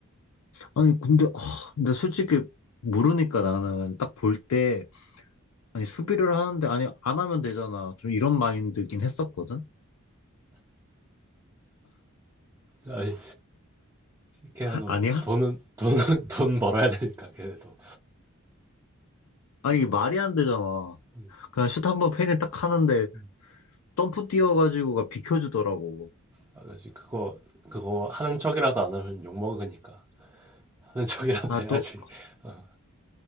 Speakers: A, on the left; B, on the right.
A: 아니 근데 아, 근데 솔직히 모르니까 나는 딱 볼 때 아니 수비를 하는데 아니 안 하면 되잖아 좀 이런 마인드긴 했었거든
B: 아니, 걔네도
A: 아니야?
B: 돈은, 돈은, <laughs> 돈 벌어야 되니까, 걔네도.
A: 아니 이게 말이 안 되잖아
B: 음,
A: 그냥 슛 한번 페인팅 딱 하는데
B: 음.
A: 점프 뛰어가지고가 비켜주더라고
B: 아, 그렇지. 그거, 그거 하는 척이라도 안 하면 욕먹으니까. 하는 척이라도
A: 아
B: 해야지.
A: 또
B: <laughs> 어.